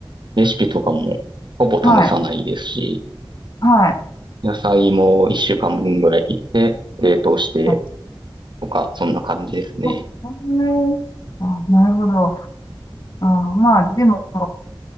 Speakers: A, on the right; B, on the left.
A: レシピとかもほぼ試さないですし、
B: はい。はい。
A: 野菜も一週間分ぐらい切って冷凍して
B: はい
A: とか、そんな感じですね。
B: あ、これあ、なるほど。あ、まあ、でも、